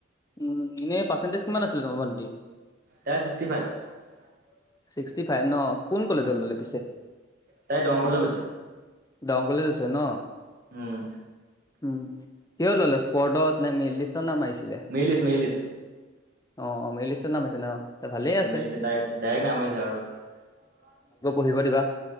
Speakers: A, on the left; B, on the right.
A: উম, এনেই পাৰ্চেণ্টেজ কিমান আছিলে তোমাৰ ভণ্টি?
B: তাইৰ ছিক্সটি ফাইভ।
A: ছিক্সটি ফাইভ ন' কোন কলেজত
B: উম,
A: ল'লে পিছে?
B: তাই দৰং কলেজত লৈছে
A: ডং কলেজ আছে ন
B: উম,
A: উম। কিয় ললে স্পৰ্ডত, নে মেইন লিষ্টতে নাম আহিছিলে
B: মেৰি লিষ্ট মেৰি লিষ্ট
A: অ', - অ', মেইন <unintelligible> নাম আছে ন'? তে ভালেই আছে।
B: মিলিছে ডাইৰেক-ডাইৰেক্ট নাম আহিছে আৰু
A: <unintelligible> দিব দিবা।